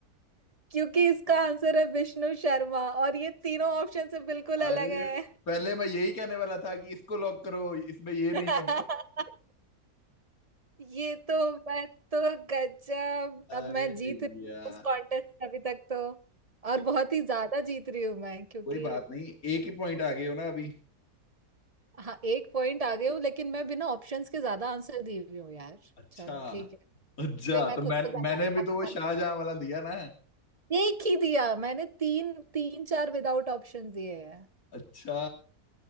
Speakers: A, on the right; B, on the left.
A: क्योंकि इसका आंसर है विष्णु शर्मा और ये तीनों ऑप्शन से बिल्कुल
B: अरे
A: अलग है
B: पहले मैं यही कहने वाला था कि इसको लॉक करो इसमें ये नहीं
A: <laughs>
B: है
A: ये तो मैं तो गजब
B: अरे
A: अब मैं जीत रही
B: यार
A: हूँ इस कॉन्टेस्ट अभी तक तो
B: ठीक
A: और बहुत ही ज्यादा जीत रही हूँ मैं क्योंकि
B: कोई बात नहीं एक ही पॉइंट आ गए हो ना अभी
A: हाँ एक पॉइंट आगे हूँ लेकिन मैं बिना ऑप्शंस के ज्यादा आंसर दी हुई हूँ यार
B: अच्छा
A: चलो ठीक है
B: अच्छा
A: इसलिए मैं
B: तो मैं
A: खुद को ज्यादा
B: मैंने भी तो वो शाहजहां वाला दिया ना
A: एक ही दिया मैंने तीन तीन चार विदाउट ऑप्शन दिए हैं
B: अच्छा